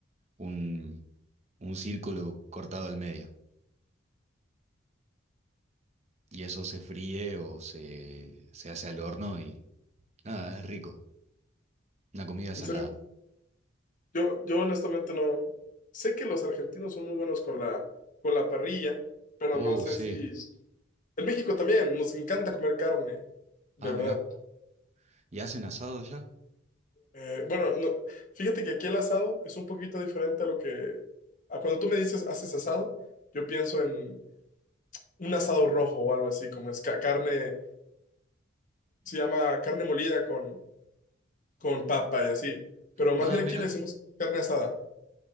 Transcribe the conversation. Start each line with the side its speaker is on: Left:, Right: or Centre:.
Right: un, un círculo cortado al medio. Y eso se fríe o se, se hace al horno y nada, es rico. Una comida salada.
Left: ¿En serio? Yo, yo honestamente no. Sé que los argentinos son muy buenos con la, con la parrilla, pero
Right: Oh,
Left: no sé
Right: sí.
Left: si. En México también nos encanta comer carne, de
Right: Ah,
Left: verdad.
Right: mirá. ¿Y hacen asado allá?
Left: Eh, bueno, no, fíjate que aquí el asado es un poquito diferente a lo que... A cuando tú me dices haces asado, yo pienso en un asado rojo o algo así, como es ca- carne, se llama carne molida con, con papa y así, pero más
Right: Ah,
Left: bien
Right: mirá.
Left: aquí le decimos carne asada,